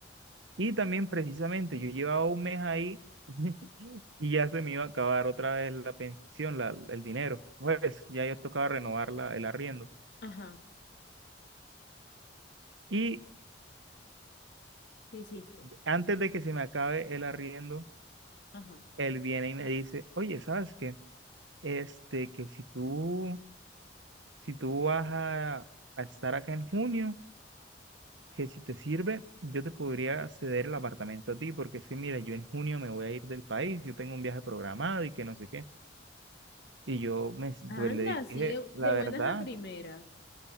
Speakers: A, on the right; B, on the left.
A: Y también precisamente yo llevaba un mes ahí <laughs> y ya se me iba a acabar otra vez la pensión, la, el dinero. Pues ya yo tocaba renovar la, el arriendo.
B: Ajá,
A: Y
B: ¿qué hiciste?
A: antes de que se me acabe el arriendo,
B: Ajá.
A: él viene y me dice, oye, ¿sabes qué? Este, que si tú, si tú vas a, a estar acá en junio, que si te sirve, yo te podría ceder el apartamento a ti, porque es que, mira, yo en junio me voy a ir del país, yo tengo un viaje programado y que no sé qué. Y yo, me,
B: Anda,
A: pues le
B: así
A: dije,
B: de,
A: la
B: de
A: verdad,
B: buenas a primeras.